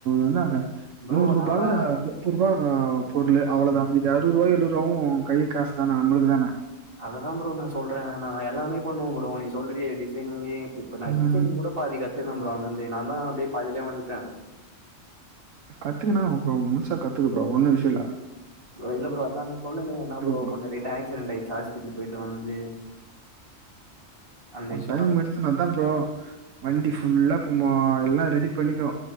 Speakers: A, on the right (about 75°); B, on the right (about 45°).
A: என்னாது
B: ப்ரோ
A: நூற் ரூபால
B: நாங்களாம்
A: முப்பொற்றூவா பொருளூ அவ்ளோ தா மீதி அறுவத்ரூபா எழுவதுரூபா கை காசு தான நம்மளுக்கு தானே
B: அததான் ஃப்ரோ நா சொல்றே நா எல்லாமே பண்ணுவோ ஃப்ரோ நீ சொல்றிய டிசைனிங்கி இப்ப நா
A: ம்
B: டிசைனிங் கூட பாதி கத்துனோ ஃப்ரோ அங்கேர்ந்து நா தா அப்டியே பாதிலே வந்டே
A: கத்துக்குனா ஃப்ரோ முழுசா கத்துக்க ஃப்ரோ ஒன்னூ விஷ்யோல்ல
B: ஃப்ரோ இல்ல ஃப்ரோ அதா நா சொன்னேனே ன்னா ஃப்ரோ
A: ப்ரோ
B: கொஞ்சோ லைட்டா ஆக்சிடென்ட் ஆயிடுச்சி ஹாஸ் பிடல் போயிட்டு வந்து அந்த
A: ஒன்
B: இஷ்யூ
A: டைம்
B: நாளைக்கு
A: எடுத்து அதா ப்ரோ அதான் ஃப்ரோ வண்டி ஃபுல்லா ம்போ எல்லா ரெடி பண்ணிக்கோ